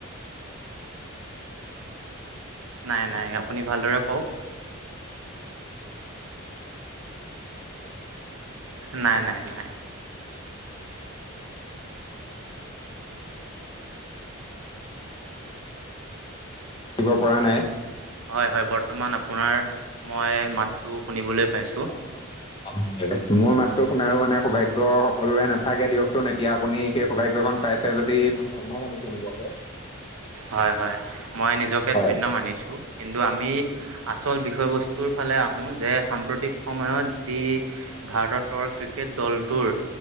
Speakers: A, on the right; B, on the left.
A: নাই-নাই আপুনি ভালদৰে কওক। নাই, নাই, নাই।
B: দিব পৰা নাই।
A: হয়-হয় বৰ্তমান আপোনাৰ মই মাতটো শুনিবলৈ পাইছো।
B: <unintelligible> মোৰ মাতটো শুনাৰো মানে সৌভাগ্য সকলোৰে নাথাকে দিয়কচোন এতিয়া আপুনি সেই সৌভাগ্যয়খন। পাইছে যদি মই ধন্য মানিছো নিজকে।
A: হয়-হয় মই নিজকে
B: হয়
A: ধন্য মানিছো। কিন্তু আমি আচল বিষয়বস্তুৰ ফালে আহো যে সাম্প্ৰতিক সময়ত যি। ভাৰতৰ ক্ৰিকেট দলটোৰ